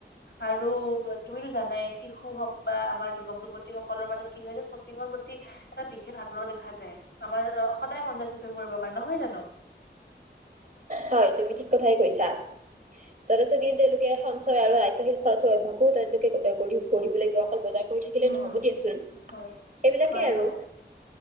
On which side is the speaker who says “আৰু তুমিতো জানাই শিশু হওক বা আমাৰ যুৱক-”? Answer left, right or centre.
Left